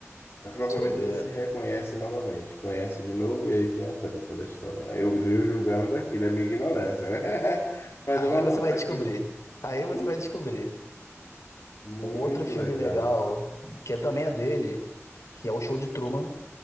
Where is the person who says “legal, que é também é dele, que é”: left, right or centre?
Left